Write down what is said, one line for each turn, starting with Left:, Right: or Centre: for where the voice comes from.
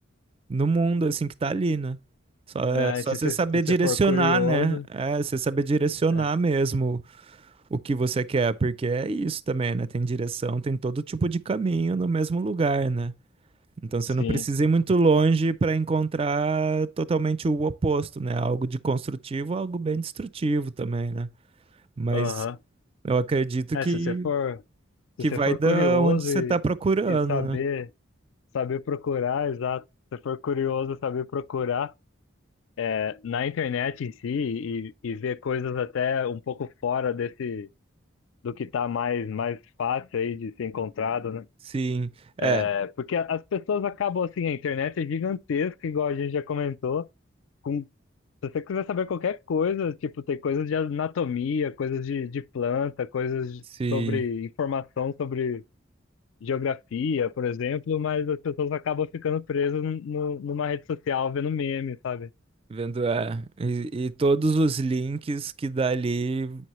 Right: no mundo, assim, que tá ali, né? Só,
Left: né,
Right: é, só
Left: se
Right: você
Left: você
Right: saber
Left: se você
Right: direcionar,
Left: for curioso,
Right: né? É, você saber direcionar
Left: É,
Right: mesmo o que você quer, porque é isso também, né? Tem direção, tem todo tipo de caminho no mesmo lugar, né? Então você
Left: sim,
Right: não precisa ir muito longe para encontrar totalmente o oposto, né? Algo de construtivo, algo bem destrutivo também, né? Mas
Left: aham.
Right: eu acredito
Left: É,
Right: que
Left: se você for, se
Right: que
Left: você
Right: vai
Left: for
Right: da
Left: curioso
Right: onde você
Left: e,
Right: tá procurando,
Left: e saber,
Right: né?
Left: saber procurar, exato. Se você for curioso e saber procurar é, na internet em si e, e ver coisas até um pouco fora desse do que tá mais mais fácil aí de ser encontrado, né?
Right: Sim, é,
Left: É, porque a- as pessoas acabam assim, a internet é gigantesca, igual a gente já comentou, com Se você quiser saber qualquer coisa, tipo, tem coisas de anatomia, coisas de, de planta, coisas de-
Right: sim,
Left: sobre informação sobre geografia, por exemplo, mas as pessoas acabam ficando presas num- num- numa rede social vendo meme, sabe?
Right: vendo, é. E, e todos os links que dali